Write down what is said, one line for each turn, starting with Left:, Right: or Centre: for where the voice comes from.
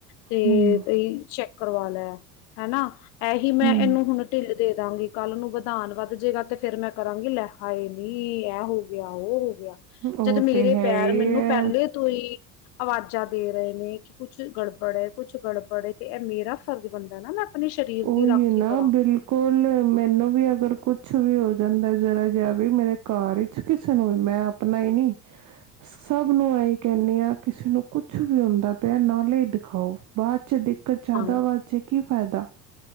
Left: ਤੇ
Right: ਹਮ
Left: ਇਹੀ ਚੇਕ। ਕਰਵਾ ਲਿਆ, ਹਨਾ। ਏਹੀ ਮੈਂ,
Right: ਹਮ
Left: ਏਨੂੰ ਹੁਣ ਢਿੱਲ ਦੇ ਦਾਂਗੀ, ਕੱਲ ਨੂੰ ਵਧਾਨ ਵਧ ਜੇਗਾ ਤੇ ਫਿਰ ਮੈਂ ਕਰਾਂਗੀ, ਲੈ ਹਾਏ ਨੀ, ਏਹ ਹੋ ਗਿਆ, ਓਹ ਹੋ ਗਿਆ।
Right: ਉਹ
Left: ਜਦ ਮੇਰੇ
Right: ਤੇ ਹੈ
Left: ਪੈਰ
Right: ਹੀ
Left: ਮੈਨੂੰ
Right: ਹੈ
Left: ਪਹਿਲੇ ਤੋ ਈ ਅਵਾਜ਼ਾਂ ਦੇ ਰਹੇ ਨੇ, ਕਿ ਕੁੱਛ ਗੜਬੜ ਐ, ਕੁਛ ਗੜਬੜ ਐ ਤੇ ਏਹ ਮੇਰਾ ਫਰਜ਼ ਬਣਦਾ ਨਾ ਮੈਂ ਆਪਣੇ ਸਰੀਰ
Right: ਓਹੀ
Left: ਦੀ ਰਾਖੀ
Right: ਨਾ,
Left: ਕਰਾਂ।
Right: ਬਿਲਕੁਲ। ਮੈਨੂੰ ਵੀ ਅਗਰ ਕੁਛ ਵੀ ਹੋ ਜਾਂਦਾ ਜ਼ਰਾ ਜਿਹਾ ਵੀ, ਮੇਰੇ ਘਰ ਵਿਚ ਕਿਸੇ ਨੂੰ ਵੀ, ਮੈਂ ਆਪਣਾ ਈ ਨੀ, ਸਭ ਨੂੰ ਇਹੀ ਕਹਿੰਨੀ ਆਂ, ਕਿਸੇ ਨੂੰ ਕੁਛ ਵੀ ਹੁੰਦਾ ਪਿਆ ਨਾਲੇ ਈ ਦਿਖਾਓ। ਬਾਅਦ ਚ ਦਿਖ ਕਤ ਜ਼ਿਆਦਾ
Left: ਹਾਂ
Right: ਵਧ ਜੇ ਗੀ ਤਾ।